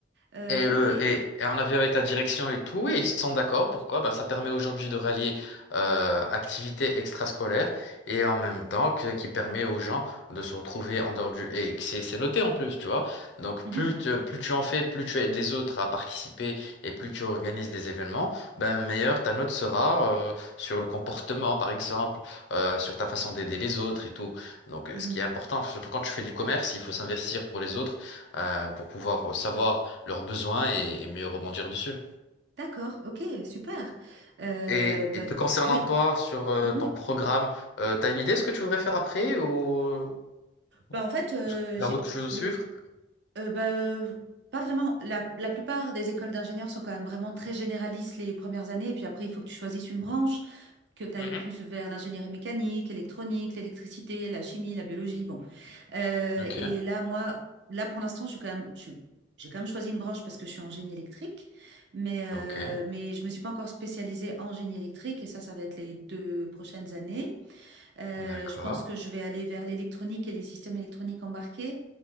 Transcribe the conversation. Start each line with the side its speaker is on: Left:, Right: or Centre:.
Right: Euh,
Left: Et, le,
Right: ok.
Left: et, et on a vu avec la direction et tout, et ils sont d'accord. Pourquoi? Bah, ça permet aujourd'hui de rallier euh, activités extrascolaires et en même temps que, qui permet aux gens de se retrouver en dehors du... Et que c'est c'est noté en plus, tu vois. Donc
Right: Mhm,
Left: plus, tu- plus tu en fais, plus tu aides les autres à participer et plus tu organises des événements, ben, meilleure ta note sera euh, sur le comportement, par exemple, euh, sur ta façon d'aider les autres et tout. Donc euh,
Right: mhm,
Left: ce qui est important, surtout quand tu fais du commerce, il faut s'investir pour les autres euh, pour pouvoir savoir leurs besoins et, et mieux rebondir dessus.
Right: D'accord. Ok, super. Euh,
Left: Et,
Right: bah,
Left: et te concernant
Right: oui.
Left: toi, sur euh,
Right: mhm.
Left: ton programme, euh, t'as une idée de ce que tu voudrais faire après ou ou
Right: Bah, en fait, euh,
Left: la
Right: j'ai
Left: route que tu veux
Right: le
Left: suivre?
Right: euh, bah, euh, pas vraiment. La, la plupart des écoles d'ingénieurs sont quand même vraiment très généralistes les premières années, et puis après, il faut que tu choisisses une branche, que tu ailles
Left: Mhm.
Right: plus vers l'ingénierie mécanique, électronique, l'électricité, la chimie, la biologie. Bon. Euh,
Left: Ok,
Right: et là, moi, là pour l'instant, je suis quand même, je suis- j'ai quand même choisi une branche parce que je suis en génie électrique, mais, euh,
Left: ok,
Right: mais je me suis pas encore spécialisée en génie électrique et ça, ça va être les deux prochaines années. Euh,
Left: d'accord.
Right: je pense que je vais aller vers l'électronique et les systèmes électroniques embarqués.